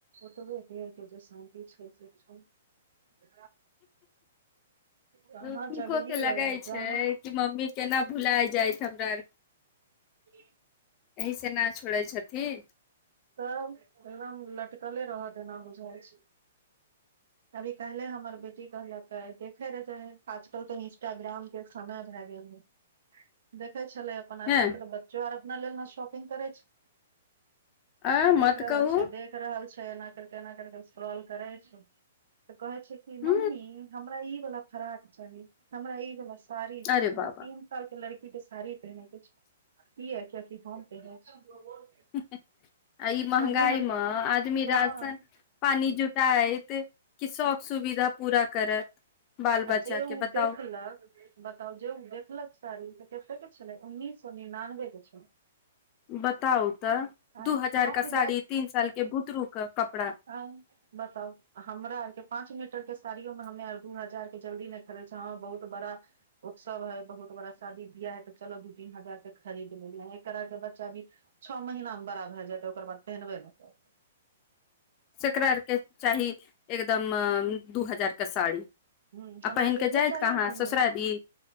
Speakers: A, on the right; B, on the left.
A: <inaudible> थोरे देर के जे शान्ति छै से छै <inaudible> कहाँ
B: हुनको
A: जगली
B: के लगै
A: यै
B: छै
A: जाँ हा
B: कि मम्मी केना भुलाय जायत हमरा आर के
A: <inaudible>
B: एहि से ना छोड़ै छथिन
A: तब एकदम लटकले रहत एना बुझाय छै अभी केहले हमर बेटी कहलक देखे रह जा है आजकल त इंस्टाग्राम के समय भए गेल हन देखै छलै अपन आजकल
B: ह
A: के त बच्चो आर अपना लेल ने शॉपिंग करै छै
B: आ
A: देख
B: मत
A: रहल
B: कहू
A: छै देख रहल छै एना करि क एना करि क अस्करोल करै छै तऽ कहे छै कि
B: ह
A: मम्मी हमरा ई वाला फराक चाही हमरा ई वाला साड़ी
B: अरे
A: चाही
B: बाबा
A: तीन साल के लड़की के साड़ी पहने के छै किया कियेकि की हम कहय छी
B: हु हू आ ई महंगाई
A: मम्मी हम
B: मे आदमी
A: हँ
B: राशन पानी जुट शायत की शौख सुविधा पूरा करत बाल
A: आ
B: बच्चा
A: जे ऊ
B: के बताउ
A: देखलक बताउ जे ऊ देखलक साड़ी तऽ कते के छलै उन्नीस सए निनानबे के छलै
B: बताउ त
A: आंय
B: दू हजार
A: हम
B: का साड़ी तीन साल के भूतरू क कपड़ा
A: आँय बताउ हमरा आर के पाँच मीटर के साड़ियो मे हमे आ दू हजार के जल्दी नहि खरीदे छै आहँ बहुत बड़ा उत्सव है बहुत बड़ा शादी बियाह है त चलो दू तीन हजार के खरीद लेली ह एकर आर के बच्चा भी छ महीना मे बड़ा भए जातै ओकर बाद पेनहबे ने कर
B: से एकरा आर के चाही एकदम दु हजार के साड़ी
A: हूँ हमरा
B: आ पहिन क
A: इहे
B: जाइत
A: चाही
B: कहाँ
A: मम्मी
B: ससुरारी